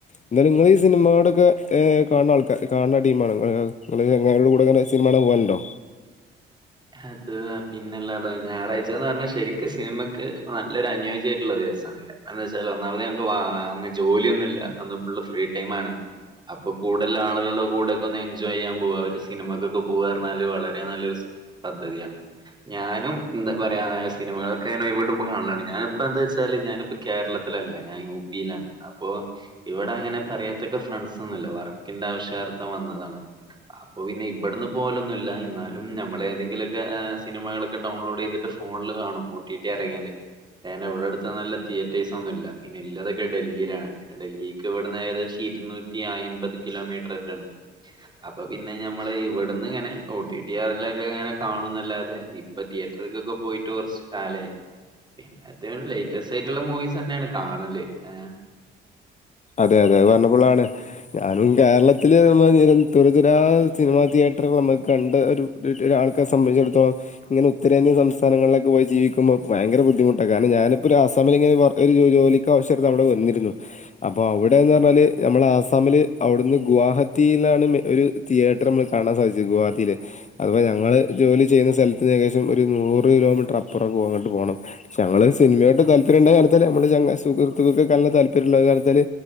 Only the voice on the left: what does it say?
എന്നാലും ഇങ്ങളീ സിനിമയോടൊക്കെ ഏഹ് കാണണാൾക്കാ കാണണ ടീമാണ <unintelligible> ഇങ്ങള് ചങ്ങായിടെ കൂടങ്ങനെ സിനിമ കാണാൻ പോകാനിണ്ടോ?
അതേ അതേ പറഞ്ഞപ്പളാണ് ഞാനും കേരളത്തില് മ് <unintelligible> തുരുതുരാ സിനിമാതിയേറ്ററ് <unintelligible> നമ്മള് കണ്ട് ഒരു ഒരാൾക്കാരെ സംബന്ധിച്ചിടത്തോളം ഇങ്ങനെ ഉത്തരേന്ത്യൻ സംസ്ഥാനങ്ങളിലൊക്കെ പോയി ജീവിക്കുമ്പോ ഭയങ്കര ബുദ്ധിമുട്ട കാരണം ഞാനിപ്പൊ ഒരു അസാമില് ഇങ്ങനെ ഒരു വർ ജോലിക്കക്കാവിശ്യാർ അവിടെ വന്നിരുന്നു അപ്പൊ അവിടെന്ന് പറഞ്ഞാല് നമ്മള് ആസാമില് അവിടുന്ന് ഗുവഹാത്തിയിലാണ് മേ ഒരു തിയേറ്ററ് നമ്മള് കാണാൻ സാധിച്ചത് ഗുഹാത്തിയില് അതിപ്പ ഞങ്ങള് ജോലി ചെയ്യുന്ന സ്ഥലത്ത്ന്ന് ഏകദേശം ഒരു നൂറ് കിലോമീറ്റർ അപ്പുറം അങ്ങട്ട് പോണം പക്ഷേ ഞങ്ങള് സിനിമയാട്ട് താല്പര്യണ്ടായ കാരണത്താലേ നമ്മള് ചങ്ങ സുഹൃത്തുക്കൊക്കേ നല്ല താല്പര്യം ഉള്ളകാരണം ത്താല്